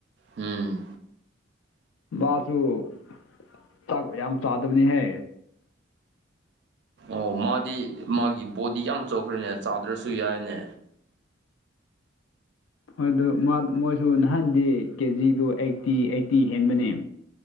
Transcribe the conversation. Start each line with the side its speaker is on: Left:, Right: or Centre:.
Right: ꯎꯝ
Left: ꯃꯥꯁꯨꯥꯛ ꯌꯥꯝ ꯆꯥꯗꯕꯅꯤꯍ
Right: ꯑꯣ ꯃꯥꯗꯤ ꯃꯥꯒꯤ ꯕꯣꯗꯤ ꯌꯥꯝ ꯆꯥꯎꯧꯈ꯭ꯔꯦꯅꯦ ꯆꯥꯗ꯭ꯔꯁꯨ ꯌꯥꯏꯅꯦ
Left: ꯍꯣꯏ ꯑꯗꯨ ꯃꯣꯏꯁꯨ ꯅꯍꯥꯟꯗꯤ ꯀꯦꯖꯤꯗ ꯑꯩꯠꯇꯤ ꯑꯩꯠꯇꯤ ꯍꯦꯟꯕꯅꯦ